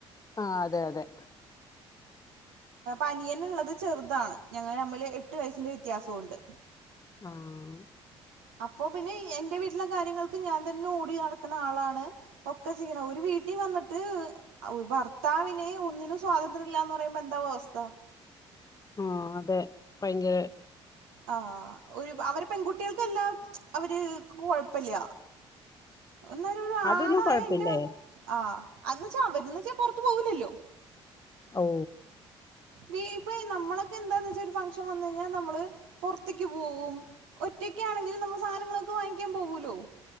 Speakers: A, on the left; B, on the right.
A: ആഹ് അതെ അതെ
B: അനിയന്ള്ളത് ചെറ്താണ് ഞങ്ങൾ തമ്മില് എട്ടു വയസ്സിന്റെ വ്യത്യാസൂണ്ട്
A: ആഹ്
B: അപ്പൊ പിന്നെ എന്റെ വീട്ടിലെ കാര്യങ്ങൾക്ക് ഞാൻ തന്നെ ഓടി നടക്കണ ആളാണ് ഒക്കെ ചെയ്യണം ഒരു വീട്ടിൽ വന്നിട്ട് ഒ ഭർത്താവിന് ഒന്നിനും സ്വാതന്ത്ര്യം ഇല്ലാന്ന് പറയുമ്പോ എന്താവും അവസ്ഥ
A: ഉം അതെ ഭയങ്കരെ
B: ആ ഒരു അവരെ പെൺകുട്ടികൾക്കെല്ലാം അവര് കൊഴപ്പില്ല ന്നാലും ഒരു
A: അതൊന്നും
B: ആണായ
A: കൊഴപ്പില്ലേ
B: എന്റെ ആഹ് അന്ന്ച്ചാ അവരന്ന്ച്ചാ പുറത്തു പോവില്ലല്ലോ
A: ഓ
B: വി ഇപ്പ നമ്മളൊക്കെ എന്താന്ന് വെച്ച ഒര് ഫംഗഷൻ വന്ന് കഴിഞ്ഞാൽ നമ്മള് പുറത്തേക്ക് പോവും ഒറ്റക്കാണെങ്കിലിൽ നമ്മൾ സാധനങ്ങളൊക്കെ വാങ്ങിക്കാൻ പോകൂലോ